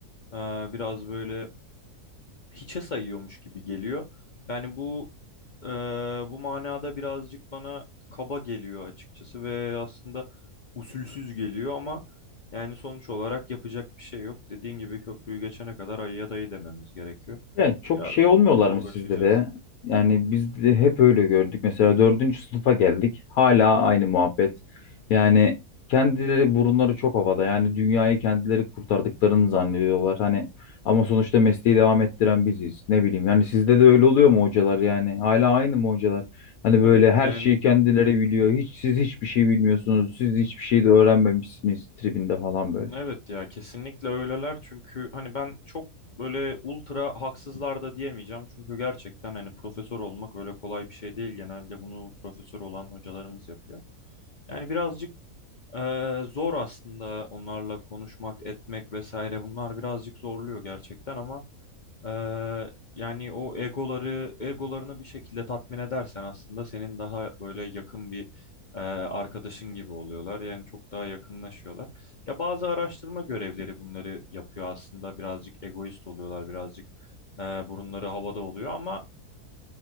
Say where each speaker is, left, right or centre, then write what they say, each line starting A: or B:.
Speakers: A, on the left; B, on the left.
A: E, biraz böyle hiçe sayıyormuş gibi geliyor. Yani bu e, bu manada birazcık bana kaba geliyor açıkçası ve aslında usulsüz geliyor ama yani sonuç olarak yapacak bir şey yok. Dediğin gibi köprüyü geçene kadar ayıya dayı dememiz gerekiyor.
B: Yani çok
A: Birazcık
B: şey olmuyorlar
A: bununla
B: mı
A: uğraşacağız.
B: sizde de? Yani biz de hep öyle gördük. Mesela dördüncü sınıfa geldik. Hala aynı muhabbet. Yani kendileri burunları çok havada. Yani dünyayı kendileri kurtardıklarını zannediyorlar. Hani ama sonuçta mesleği devam ettiren biziz. Ne bileyim. Yani sizde de öyle oluyor mu hocalar yani? Hala aynı mı hocalar? Hani böyle
A: Evet
B: her
A: yani
B: şeyi kendileri biliyor. Hiç siz hiçbir şey bilmiyorsunuz. Siz hiçbir şey de öğrenmemişsiniz tribinde falan böyle.
A: Evet ya kesinlikle öyleler çünkü hani ben çok böyle ultra haksızlar da diyemeyeceğim çünkü gerçekten hani profesör olmak öyle kolay bir şey değil genelde bunu profesör olan hocalarımız yapıyor. Yani birazcık eee, zor aslında onlarla konuşmak etmek vesaire bunlar birazcık zorluyor gerçekten ama Eee, yani o egoları egolarını bir şekilde tatmin edersen aslında senin daha böyle yakın bir eee, arkadaşın gibi oluyorlar. Yani çok daha yakınlaşıyorlar. Ya bazı araştırma görevleri bunları yapıyor aslında. Birazcık egoist oluyorlar, birazcık eee, burunları havada oluyor ama